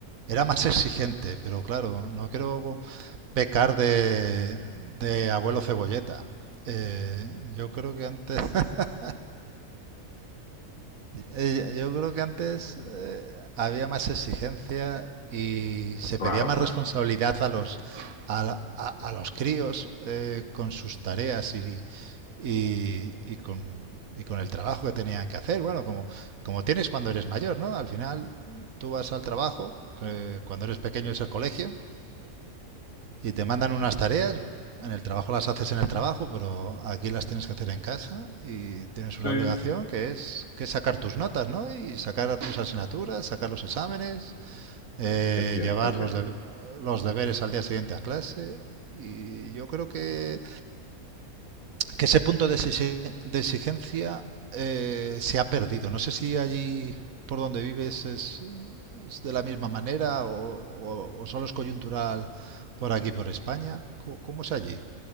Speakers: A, on the right; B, on the left.
A: era más <laughs> exigente, pero claro, no quiero pecar de, de abuelo cebolleta. Eh, yo creo que antes <laughs> Eh, Yo creo que antes eh, había más exigencia y se
B: Claro,
A: pedía más
B: claro.
A: responsabilidad a los, a, a- a los críos eh, con sus tareas y, y- y con, y con el trabajo que tenían que hacer. Bueno, como, como tienes cuando eres mayor, ¿no? Al final tú vas al trabajo, que cuando eres pequeño es el colegio, y te mandan unas tareas, en el trabajo las haces en el trabajo, pero aquí las tienes que hacer en casa y tienes
B: Sí,
A: una obligación que es que es sacar tus notas, ¿no? Y sacar tus asignaturas, sacar los exámenes, eh,
B: es cierto,
A: llevar
B: es cierto.
A: los, de- los deberes al día siguiente a clase. Y yo creo que que ese punto de, exigencia eh, se ha perdido. No sé si allí por donde vives es, es de la misma manera o, o- o solo es coyuntural por aquí, por España. ¿Cómo, cómo es allí?